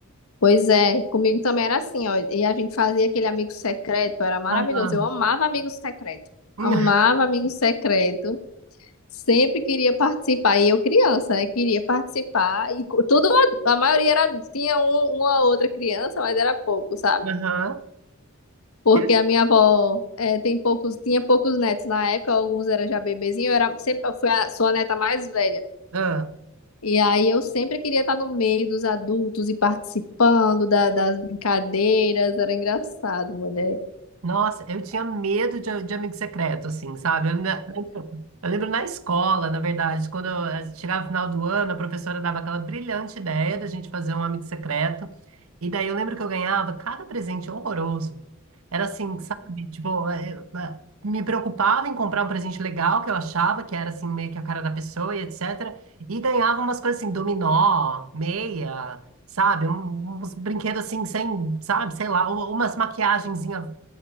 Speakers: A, on the left; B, on the right.
A: Pois é, comigo também era assim, ó. E a gente fazia aquele amigo secreto, era maravilhoso.
B: Ah,
A: Eu amava amigo secreto.
B: hum,
A: Amava amigo secreto. Sempre queria participar. E eu criança, né? Queria participar. E co- tudo, a maioria era adulto. Tinha um, uma outra criança, mas era pouco, sabe?
B: aham.
A: Porque
B: Eu-
A: a minha avó eh, tem poucos, tinha poucos netos na época, alguns eram já bebezinhos eu era sempre, eu fui a, sou a neta mais velha.
B: ah,
A: E aí eu sempre queria estar no meio dos adultos e participando da- das brincadeiras, era engraçado, mulher.
B: nossa, eu tinha medo de, de amigo secreto, assim, sabe? Eu, na- eu lembro na escola, na verdade, quando eu, eh, chegava o final do ano, a professora dava aquela brilhante ideia da gente fazer um amigo secreto. E daí eu lembro que eu ganhava cada presente horroroso. Era assim, sabe? Tipo, eh, eu, eh, me preocupava em comprar um presente legal que eu achava que era assim meio que a cara da pessoa e etc. E ganhava umas coisas assim, dominó, meia, sabe? Um- Uns brinquedos assim sem, sabe, sei lá, u- umas maquiagenzinha